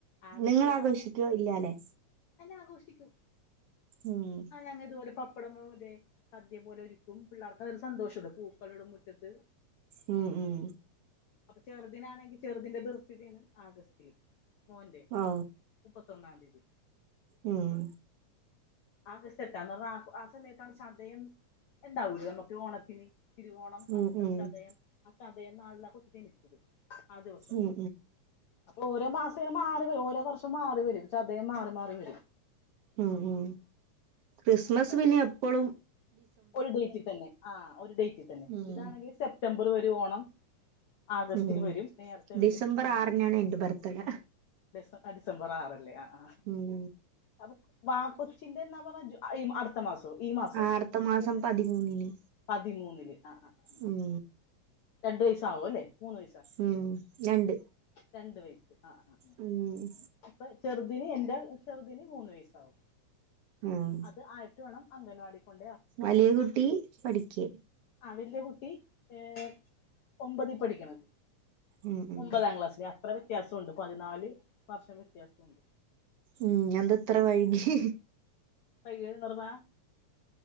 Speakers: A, on the left; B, on the right.
A: ആഗസ്റ്റിലാണ്
B: നിങ്ങൾ ആഘോഷിക്കോ ഇല്ലാല്ലേ
A: ല്ലാം ആഘോഷിക്കും.
B: ഉം.
A: ആ ഞങ്ങ ഇതുപോലെ പപ്പടംതേ സദ്യം പോലെ ഒരുക്കും. പിള്ളർക്ക് അതരു സന്തോഷംത് പൂക്കളിടും മുറ്റത്ത്.
B: ഉം, ഉം.
A: അപ്പൊ ചെറുദിനാണെങ്കി ചെറുതിന്റെ ബെർത്തിടെണ് ആഗസ്റ്റില്. മോന്റെ.
B: ഓ
A: മുപ്പത്തൊന്നാം തീയതി.
B: ഉം
A: ആഗസ്റ്റേട്ട ആ ആ സമയത്താണ് ചതയം ഇണ്ടാവുലേ നമുക്ക് ഓണത്തിന്. തിരുവോണം,
B: ഉം
A: അവിട്ടം,
B: ഉം
A: ചതയം ആ ചതയം നാളിലാ കൊച്ച്ജനിച്ചത്. ആ ദിവസം
B: ഉം
A: അപ്പൊ ഓരോ മാസോംങ്ങന മാറി വരും ഓരോ വർഷം മാറി വരും ചതയം മാറി മാറി വരും
B: ഉം, ഉം ക്രിസ്മസ്
A: അപ്പൊ
B: പിന്നെ എപ്പളും
A: ഒരു ഡേറ്റിതന്നെ, ആ ഒരു ഡേറ്റി തന്നെ.
B: ഉം
A: ഇതാണെങ്കി സെ പ്റ്റംബർ വരും ഓണം. ആഗസ്റ്റില്
B: ഉം
A: വരും. നേരത്തെ
B: ഡിസംബർ
A: വരും. അങ്ങനെ.
B: ആറിനാണ് എന്റെ ബർത്ത്ഡേ
A: ഡിസം, ആ ഡിസംബർ ആറല്ലേ ആ, ആ
B: ഉം
A: അപ്പൊ വ കൊച്ചിന്റെ എന്നാ പറ ജു ആ ഇ ആ ത്തമാസോ ഈ മാസോ
B: ആടുത്ത മാസം
A: ചെർതിന്റെ.
B: പതിമൂന്നിന്
A: പതിമൂന്നില് ആ, ആ, ആ,
B: ഉം
A: രണ്ട് വയസ്സാവു അല്ലെ മൂന്ന് വയസ്സാ
B: ഉം രണ്ട്.
A: രണ്ട് വയസ്. ആ ആ
B: ഉം.
A: അപ്പൊ ചെറുതിന് എന്റെ ചെറുതിന് മൂന്ന് വയസ്സാവും.
B: ഉം
A: അത് ആയിട്ട് വേണം അംഗൻവാടി കൊണ്ട്
B: വലിയ കുട്ടി പഠിക്ക.
A: ആ വല്യ കുട്ടി ഏ ഒമ്പതിപഠിക്കണ്.
B: ഉം ഉം
A: ഒമ്പതാം ക്ലാസ്സില് അത്ര വ്യത്യാസ്വണ്ട് പതിനാല് വർഷം വ്യത്യാസോണ്ട്.
B: ഉം എന്ത ഇത്ര വൈകിയെ?
A: പയ്യെ നിർന്ന